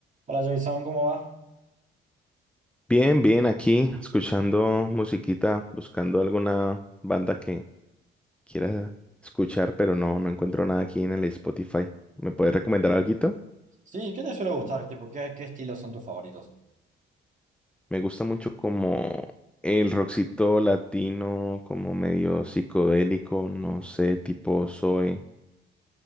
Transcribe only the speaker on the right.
Hola Jason, ¿cómo va?
Sí, ¿qué te suele gustar? Tipo, ¿qué, qué estilos son tus favoritos?